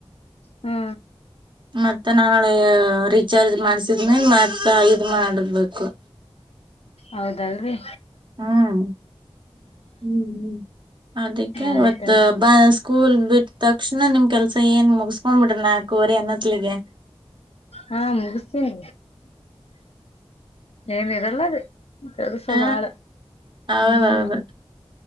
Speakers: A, on the left (about 80°); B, on the right (about 50°).
A: ಹಾ.
B: ಮತ್ತೆ ನಾಳೇ ರೀಚಾರ್ಜ್ ಮಾಡ್ಸ್ ಇದ್ಮೇನ್ ಮತ್ ಇದ್ ಮಾಡ್ಬೇಕು.
A: ಹೌದಲ್ರಿ.
B: ಹ್ಞಾಂ ಹ್ಮ್ ಹ್ಮ್ ಅದಕ್ಕೆ
A: ಆಯ್ತ
B: ಇವತ್ ಬ ಸ್ಕೂಲ್ ಬಿಟ್ ತಕ್ಷ್ಣ ನಿಮ್ ಕೆಲ್ಸ ಏನ್ <inaudible> ಹೋಗ್ಬಿಡ್ರ ನ ಕೋರಿ ಅನ್ನತ್ಲಿಗೆ
A: ಹಾ ಮುಗಿಸ್ತೀನಿ ಏನಿರಲ್ಲ ಅದ ಕೆರುಸ
B: ಹ
A: ಬಾಳ
B: ಹೌದೌದು
A: ಹ್ಮ್